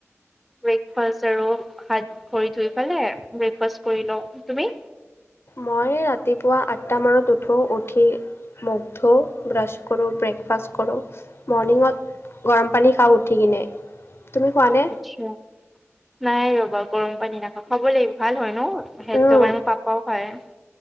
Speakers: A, in the centre; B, on the left.
A: ব্ৰেকফাষ্ট আৰু হাত ভৰি ধুই পেলাই ব্ৰেকফাষ্ট কৰি লও তুমি
B: মই ৰাতিপুৱা আঠটা মানত উঠো উঠি মুখ ধোও ব্ৰাছ কৰো ব্ৰেকফাষ্ট কৰো মৰ্ণিঙত গৰম পানী খাও উঠি কিনে তুমি খোৱা নে
A: আচ্ছা নাই ৰ'বা গৰম পানী নাখাওঁ খাব লাগিব ভাল হয় ন হেলডৰ
B: উম,
A: কাৰণে ভাল পও খায় <unintelligible>